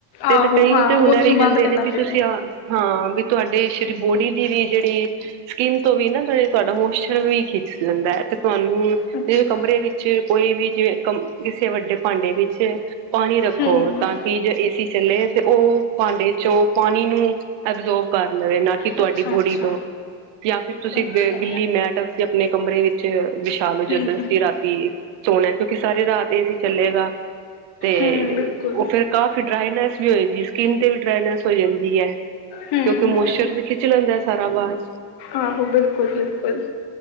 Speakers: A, on the right; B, on the left.
A: ਤੇ
B: ਆਹੋ
A: ਕਈ
B: ਹਾਂ
A: ਤੇ
B: ਉਸਨੂੰ
A: ਹੁਣਰ ਵੀ ਕਹਿੰਦੇ
B: ਬੰਦ ਕਰਨਾ
A: ਨੇ ਵੀ ਤੁਸੀਂ
B: ਪਏਗਾ
A: ਆ ਹਾਂ। ਵੀ ਤੁਹਾਡੇ ਸ਼ ਬੋਡੀ ਦੀ ਵੀ ਜਿਹੜੀ, ਸਕਿੰਨ ਤੋਂ ਵੀ ਨਾ ਜ ਤੁਹਾਡਾ ਮੋਸਚਰ ਵੀ ਖਿੱਚ ਲੈਂਦਾ ਹੈ। ਤੇ ਤੁਹਾਨੂੰ
B: ਅੱਛਾ
A: ਜਿਵੇਂ ਕਮਰੇ ਵਿੱਚ ਕੋਈ ਵੀ ਜਿਵੇਂ ਕ ਕਿਸੇ ਵੱਡੇ ਭਾਂਡੇ ਵਿੱਚ ਪਾਣੀ ਰੱਖੋ।
B: ਹਮ
A: ਤਾਂ ਕਿ ਜਾਂ ਏਸੀ ਚੱਲੇ ਤੇ ਉਹ ਭਾਂਡੇ ਚੋਂ ਪਾਣੀ ਨੂੰ ਐਬਜੋਰਬ ਕਰ ਲਵੇ ਨਾ ਕਿ ਤੁਹਾਡੀ
B: ਅੱਛਾ ਅੱਛਾ
A: ਬੋਡੀ ਤੋਂ। ਜਾਂ ਫਿਰ ਤੁਸੀਂ
B: ਅੱਛਾ
A: ਗਿੱਲੀ ਮੈਟ ਅਸੀਂ ਆਪਣੇ ਕਮਰੇ ਵਿੱਚ ਵਿਛਾਲੋ
B: ਹਮ ਹਮ
A: ਜਦੋਂ ਅਸੀਂ ਰਾਤੀ ਸੋਣਾ। ਕਿਉਂਕਿ ਸਾਰੀ ਰਾਤ ਇਹ ਸੀ ਚੱਲੇਗਾ। ਤੇ
B: ਹਮ ਬਿਲਕੁਲ
A: ਉਹ ਫੇਰ ਕਾਫੀ ਡਰਾਈਨੈਸ ਵੀ ਹੋਈ ਦੀ ਸਕਿੰਨ ਤੇ ਵੀ ਡਰਾਈਨੈਸ ਹੋ ਜਾਂਦੀ ਹੈ।
B: ਹਮ
A: ਕਿਉਂਕਿ
B: ਹਮ
A: ਮੋਸਚਰ ਖਿੱਚ ਲੈਂਦਾ ਸਾਰਾ ਬਾਹਰ।
B: ਆਹੋ ਬਿਲਕੁਲ- ਬਿਲਕੁਲ।